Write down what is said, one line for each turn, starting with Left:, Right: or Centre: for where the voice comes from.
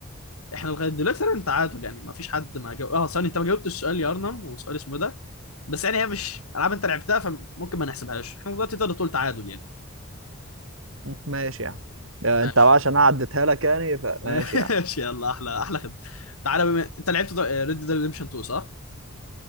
Left: احنا لغايه دلوقتي تقريبا تعادل يعني ما فيش حد ما جاوب اه ثاني انت ما جاوبتش سؤال يا ارنم وسؤال اسمه إيه ده بس يعني هي مش العاب انت لعبتها فممكن ما نحسبهاش احنا دلوقتي تقدر تقول تعادل يعني
Right: ماشي يا عم آه،
Left: ماشي
Right: انت بقى عشان أنا عديتها لك يعني فماشي
Left: <laughs> ماشي
Right: يا عم
Left: يلا احلى احلى خدمه تعالى بما انت لعبت ريد ديد ريدمشن 2 صح؟